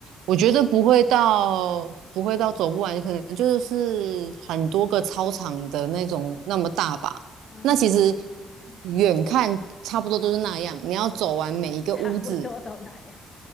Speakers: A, on the right; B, on the left.
A: 我觉得不会到不会到走不完，可能就是很多个操场的那种那么大吧。
B: 嗯嗯
A: 那其实远看差不多都是那样，你要走完每一个屋子，
B: <laughs> 差不多都那样。